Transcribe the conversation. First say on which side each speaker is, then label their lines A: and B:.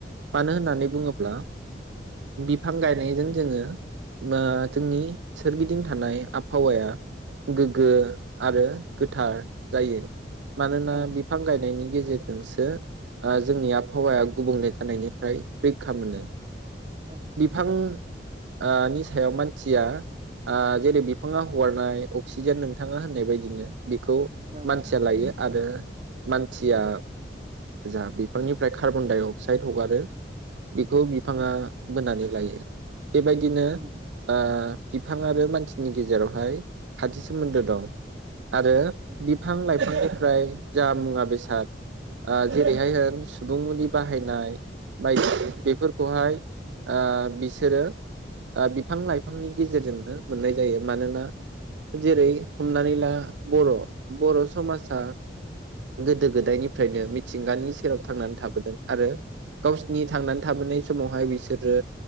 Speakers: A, on the right (about 85°); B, on the right (about 35°).
A: मानो होननानै
B: औ
A: बुङोब्ला बिफां गायनायजों जोङो बा जोंनि सोरगिदिं थानाय आबहावाया गोग्गो आरो गोथार जायो मानोना
B: औ
A: बिफां गायनायनि गेजेरजोंसो ओ जोंनि आबहावाया गुबुंले जानायनिफ्राय रैखा मोनो
B: औ
A: बिफां आ नि सायाव मानसिया जेरै बिफाङा हरनाय अक्सिजेन नोंथाङा होननाय बायदिनो बेखौ
B: नंगौ
A: मानसिया लायो आरो मानसिया जा बिफांनिफ्राय कार्बनडाइ अक्साइड हगारो बेखौ बिफाङा
B: औ
A: बोनानै लायो बेबायदिनो
B: नंगौ
A: ओ बिफां आरो मानसिनि गेजेरावहाय खाथि सोमोन्दो दं आरो
B: औ
A: बिफां लाइफांनिफ्राय जा मुवा बेसाद ओ जेरैहाय होन सुबुं मुलि बाहायनाय बायदि बेफोरखौहाय ओ बिसोरो बिफां लाइफांनि गेजेरजोंनो मोननाय जायो मानोना जेरै हमनानै ला बर' बर' समाजा गोदो गोदायनिफ्रायनो मिथिंगानि सेराव थांनानै थाबोदों आरो गावसिनि थांनानै थाबोनाय समावहाय बिसोरो